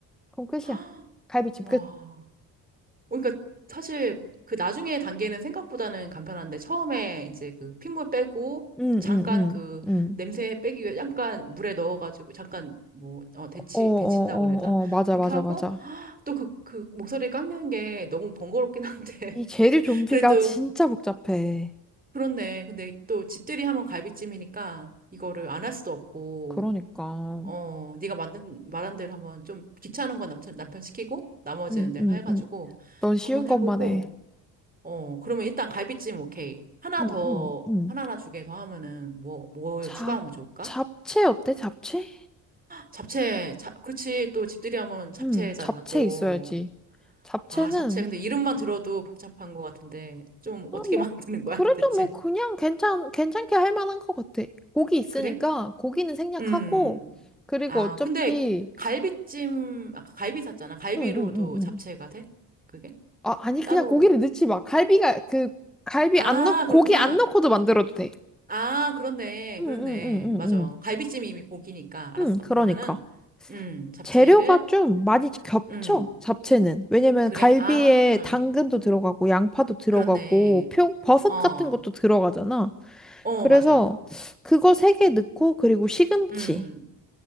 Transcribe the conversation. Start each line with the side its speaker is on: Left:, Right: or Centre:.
Centre: 그럼 끝이야.
Right: <gasps> 헉,
Centre: 갈비찜
Right: 와.
Centre: 끝.
Right: 어, 그러니까 사실 그 나중에 단계는 생각보다는 간편한데 처음에 이제 그 핏물 빼고
Centre: 응,
Right: 잠깐
Centre: 응, 응,
Right: 그
Centre: 응.
Right: 냄새 빼기 위해 잠깐 물에 넣어가지고 잠깐 뭐, 어, 데치,
Centre: 어, 어, 어,
Right: 데친다고 그래야 되나?
Centre: 어, 맞아,
Right: 그렇게
Centre: 맞아,
Right: 하고
Centre: 맞아.
Right: 또 그, 그 목소리 깎는 게 너무 번거롭긴 한데 <laughs>
Centre: 이 재료 좀비가
Right: 그래도
Centre: 진짜 복잡해.
Right: 그렇네. 근데 또 집들이 하면 갈비찜이니까 이거를 안 할 수도 없고,
Centre: 그러니까.
Right: 어, 네가 만든 말한 대로 한번 좀 귀찮은 건 남편 남편 시키고 나머지는
Centre: 응,
Right: 내가
Centre: 응,
Right: 해가지고
Centre: 응. 넌 쉬운
Right: 한번
Centre: 것만
Right: 해보고,
Centre: 해.
Right: 어, 그러면 일단 갈비찜 오케이. 하나
Centre: 응,
Right: 더
Centre: 응, 응.
Right: 하나나 두 개 더 하면은 뭐 뭘
Centre: 잡,
Right: 추가하면 좋을까?
Centre: 잡채 어때? 잡채?
Right: 잡채, 자, 그치. 또 집들이 하면 잡채잖아.
Centre: 응, 잡채
Right: 또.
Centre: 있어야지. 잡채는,
Right: 아, 잡채. 근데 이름만 들어도 복잡한 것 같은데 좀
Centre: 아,
Right: 어떻게
Centre: 뭐,
Right: <laughs> 만드는 거야,
Centre: 그래도
Right: 대체?
Centre: 뭐, 그냥 괜찮, 괜찮게 할 만한 것 같아. 고기 있으니까,
Right: 그래?
Centre: 고기는 생략하고,
Right: 음.
Centre: 그리고
Right: 아,
Centre: 어차피,
Right: 근데 갈비찜, 아까 갈비 샀잖아. 갈비로도
Centre: 응, 응, 응, 응.
Right: 잡채가 돼? 그게?
Centre: 아, 아니, 그냥
Right: 따로.
Centre: 고기를 넣지 마. 갈비가, 그, 갈비
Right: 아,
Centre: 안 넣, 고기
Right: 그렇구나.
Centre: 안 넣고도 만들어도 돼.
Right: 아, 그렇네.
Centre: 응,
Right: 그렇네.
Centre: 응, 응, 응,
Right: 맞아.
Centre: 응.
Right: 갈비찜이 이미 고기니까. 알았어.
Centre: 응, 그러니까.
Right: 그러면은, 음, 잡채를,
Centre: 재료가 좀 많이 겹쳐,
Right: 음,
Centre: 잡채는. 왜냐면
Right: 그래?
Centre: 갈비에
Right: 아,
Centre: 당근도 들어가고, 양파도 들어가고,
Right: 그렇네.
Centre: 표, 버섯
Right: 어,
Centre: 같은 것도 들어가잖아.
Right: 어,
Centre: 그래서
Right: 맞아.
Centre: 그거 세 개 넣고, 그리고 시금치.
Right: 음,